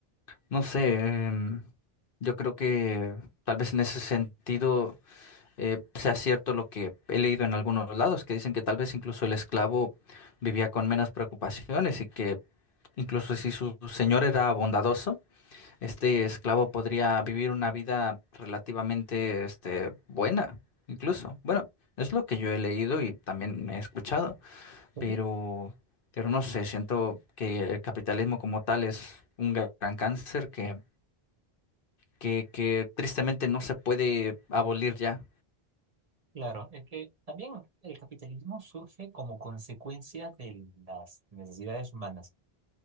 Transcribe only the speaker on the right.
Pues
sí,
Claro, es que también el capitalismo surge como consecuencia de las necesidades humanas,